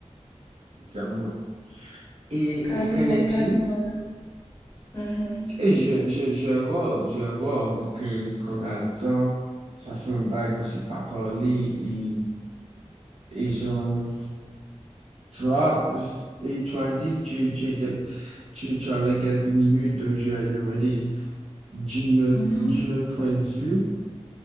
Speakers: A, on the right; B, on the left.
A: clairement. Et,
B: Quasiment,
A: et qu'en est-il?
B: quasiment tout. Mhm,
A: Et je, je, je vois, je vois, vu que, vu qu'on a le temps, ça fait un bail qu'on s'est pas parlé, et, et genre, tu vois, et tu as dit que tu, tu étais, tu, tu avais quelques minutes, donc je vais demander d'une, autre-
B: mhm,
A: d'une autre point de vue.